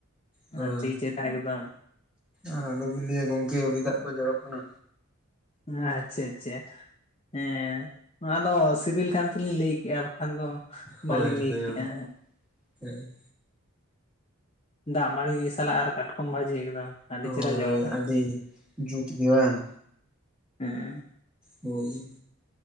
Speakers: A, in the centre; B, on the left.
A: ᱦᱳᱭ
B: ᱟᱰᱤ ᱪᱮᱦᱨᱟ ᱮᱠᱫᱚᱢ᱾
A: ᱟᱨ ᱟᱞᱚᱵᱤᱱ ᱞᱟᱹᱭᱟ ᱜᱚᱝᱠᱮ ᱩᱞᱤ ᱫᱟᱜ ᱠᱚ ᱡᱚᱨᱚᱜ ᱠᱟᱱᱟ᱾
B: ᱟᱪᱪᱷᱟ ᱟᱪᱪᱷᱟ ᱦᱮᱸ ᱟᱫᱚ ᱥᱤᱵᱤᱞ ᱠᱟᱱ ᱛᱮᱞᱤᱧ ᱞᱟᱹᱭ ᱠᱮᱜᱼᱟ ᱵᱟᱠᱷᱟᱱ ᱫᱚ
A: ᱦᱳᱭ
B: ᱵᱟᱹᱞᱤᱧ ᱞᱟᱹᱭ
A: ᱦᱳᱭ
B: ᱠᱮᱜᱼᱟ
A: ᱦᱳᱭ,
B: ᱫᱟᱜ ᱢᱟᱹᱲᱤ ᱥᱟᱞᱟᱜ ᱟᱨ ᱠᱟᱴᱠᱚᱢ ᱵᱷᱟᱹᱡᱤ ᱮᱠᱫᱚᱢ᱾ ᱟᱹᱰᱤ ᱪᱮᱦᱨᱟ
A: ᱦᱳᱭ
B: ᱡᱚᱲ
A: ᱦᱳᱭ
B: ᱠᱟᱱᱟ
A: ᱟᱹᱰᱤ ᱡᱩᱛ ᱜᱤ ᱵᱟᱝ?
B: ᱦᱮᱸ
A: ᱦᱩᱸ,